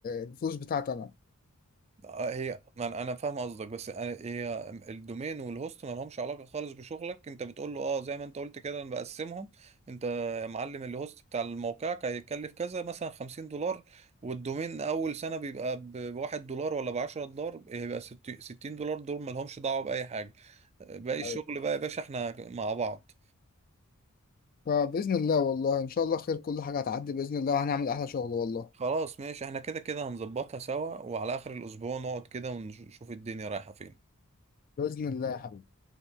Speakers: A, on the left; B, on the right.
A: الفلوس بتاعتي انا
B: آه، هي ما انا أنا فاهم قصدك بس أنا- هي الدومين والهوست ما لهمش علاقه خالص بشغلك انت بتقول له اه زي ما انت قلت كده انا بقسمهم انت يا معلم الهوست بتاع موقعك هيكلف كذا مثلا 50 دولار والدومين اول سنه بيبقى ب- بواحد دولار ولا ب 10 دولار هيبقى 60 دولار دول ما لهمش دعوه باي حاجه باقي الشغل
A: أيوة.
B: بقى يا باشا احنا مع بعض
A: فباذن الله والله ان شاء الله خير كل حاجه هتعدي باذن الله وهنعمل احلى شغل والله
B: خلاص ماشي احنا كده كده هنظبطها سوا وعلى اخر الاسبوع نقعد كده ونشوف الدنيا رايحه فين
A: باذن الله يا حبيبي